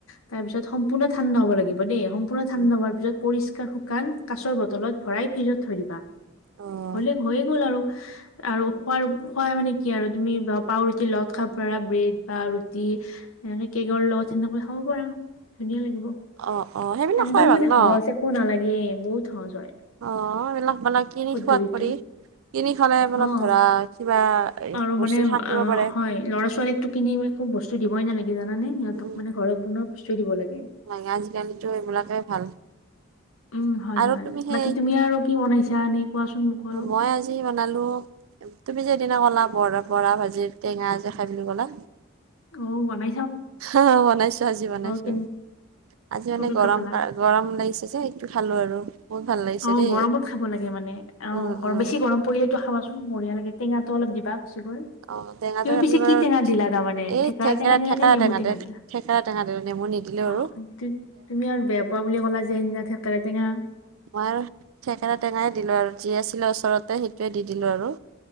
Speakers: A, on the left; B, on the right.
A: তাৰ পিছত সম্পূৰ্ণ ঠাণ্ড হব লাগিব দেই সম্পূৰ্ণ ঠাণ্ডা
B: উম,
A: হোৱাৰ পিছত পৰিষ্কাৰ শুকান কাচৰ বটলত ভৰাই ফ্ৰিজত থৈ দিবা
B: অ',
A: হলে হৈয়ে গ'ল আৰু। আৰু খোৱাৰ খোৱাই মানে কি আৰু তুমি বা পাও ৰুটিৰ লগত খাব পাৰা ব্ৰেড বা ৰুটি এনেকে কেকৰ লগত সেনেকৈ খাব পাৰা। ধুনীয়া লাগিব
B: অ', অ', সেইবিলাক
A: একদম
B: খাই ভাল
A: মানে
B: ন
A: সহজ একো নালাগে বহুত সহজ হয়।
B: অ', এইবিলাক মানে কিনি
A: পদ্ধতিটো
B: খোৱাত পৰি কিনি খালে অলপ
A: অ
B: ধৰা কিবা
A: আৰু
B: বস্তু
A: মানে অ,
B: থাকিব পাৰে
A: হয় ল'ৰা ছোৱালীকতো কিনি একো বস্তু দিবই নালাগে। জানে সিহতক
B: উম
A: মানে ঘৰত বনোৱা দিব লাগে।
B: লাগে আজিকালিতো এইবিলাকে ভাল
A: উম হয়,
B: আৰু
A: হয়
B: তুমি সেই
A: বাকী তুমি আৰু কি বনাইছা এনে কোৱাচোন মোক অলপ
B: মই আজি বনালো তুমি সিদিনা কলা বৰা বৰা ভাজি টেঙা যে খাই বুলি ক'লা
A: অ', মনে
B: আহ বনাইছো আজি বনাইছো্
A: কেন
B: আজি মানে
A: কেনেকৈ
B: গৰম
A: পালা
B: ক গৰম লাগিছে যে সেইটো খালো আৰু বহুত ভাল লাগিছে
A: অ',
B: দেই
A: গৰমত খাব লাগে মানে অ',
B: উম উম
A: বেছি গৰম পৰিলেতটো খাবাচোন বঢ়িয়া লাগে। টেঙাটো অলপ দিবা বেছি কৈ
B: অ টেঙাটো
A: তুমি পিছে
B: আমি বাৰু
A: কি টেঙা দিলা তাৰমানে
B: এই
A: ঠেকাৰা
B: থেকেৰা
A: টেঙা দিলা
B: থেকেৰা
A: নে নেমু টেঙা
B: দে
A: দিলা।
B: থেকেৰা টেঙা দিলো নেমু নিদিলেও
A: অ',
B: আৰু
A: তুমি আৰু বেয়া পোৱা বুলি কলা যে সেইদিনা ঠেকেৰা টেঙা।
B: মই আৰু থেকেৰা টেঙাই দিলোঁ আৰু যি আছিলে ওচৰতে সেইটোৱে দি দিলোঁ আৰু।